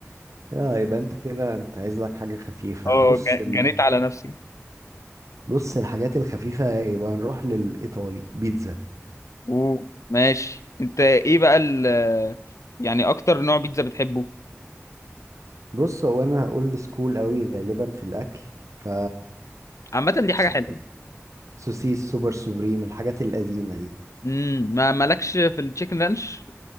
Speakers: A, on the right; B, on the left.
A: اه يبقى انت كده انت عايز لك حاجة خفيفة
B: اه
A: بص
B: جا-
A: ال...
B: جنيت على نفسي
A: بص الحاجات الخفيفة يبقى نروح للإيطالي بيتزا
B: اوه ماشي انت ايه بقى ال يعني اكتر نوع بيتزا بتحبه
A: بص هو انا اولد سكول قوي غالبا في الاكل ف
B: عامة دي حاجة
A: س-
B: حلوة
A: سوسيس سوبر سوبريم الحاجات القديمة دي
B: امم ما مالكش في التشيكن رانش